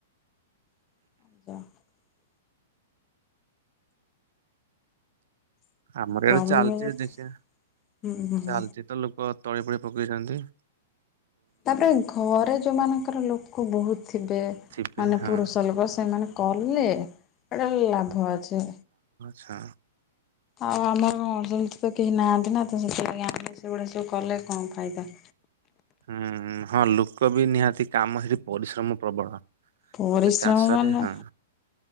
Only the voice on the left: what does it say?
<unintelligible>
ଜମି
ଯେତେ
ହୁଁ ହୁଁ।
ତାପରେ ଘରେ ଯୋଉ ମାନକ ର ଲୋକ ବହୁତ ଥିବେ
ମାନେ
ପୁରୁଷ ଲୋକ ସେମାନେ କଲେ ଏଇଟା ଲାଭ ଅଛି।
ଆଉ ଆମର କଣ ବହିତ କେହି ନାହାନ୍ତି ନା। ତ ସେଥିଲାଗି ଆମେ ସେଉଡା ସବୁ କଲେ କଣ ଫାଇଦା।
ପରିଶ୍ରମ
ମାନେ